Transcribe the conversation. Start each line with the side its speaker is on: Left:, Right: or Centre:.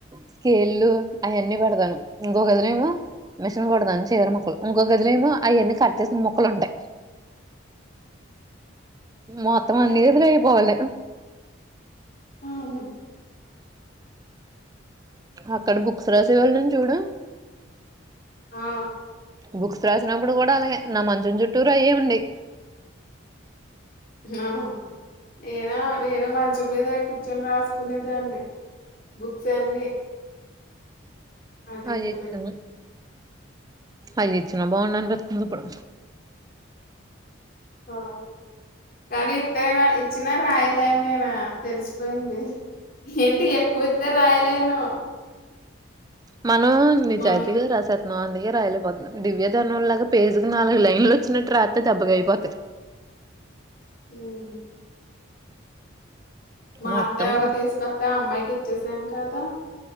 Right: స్కేళ్లు అవన్నీ పడతాను ఇంకోక గదిలో ఏమో మిషన్ కొడదాను చీర మొక్కలు ఇంకోక గదిలో ఏమో అవన్ని కట్టేసిన ముక్కలు ఉంటాయి మొత్తమన్నిదులుయిపోవాలి
Left: ఆ
Right: <inaudible>
Left: ఉమ్
Right: అక్కడ బుక్స్ రాసేవొళ్ళు చూడు
Left: ఆ
Right: బుక్స్ రాసినప్పుడు కూడా అలాగే నా మంచం చుట్టూరు అయ్యే ఉండి
Left: ఆ నేనా నేను మంచ మీద కూర్చొని రాసుకునేదాన్ని బుక్స్ అన్ని అటు
Right: అ
Left: ఇటు
Right: జెస్తారు అయి ఇచ్చిన బాగుండు అనిపిస్తుంది ఇప్పుడు
Left: అ కానీ ఇతే ఇచ్చినా రాయలే అని నేనా తెలిసిపోయింది. ఏంటి ఎక్కువ్ ఇత్ త రాయలేను.
Right: మనం నిజాయితీగా
Left: మొన్
Right: రాస మందికే రాయాలపోతున్నాం దివ్యధర్నం లాగా పేజ్కి నాలుగు లైన్లు వచ్చిన ట్రా అతే దెబ్బగాయిపోతాయి.
Left: ఉమ్ మా
Right: మొత్తం
Left: అత్త ఎవరో తీసుకొస్తే ఆ అమ్మాయికి ఇచ్చేసాం కదా.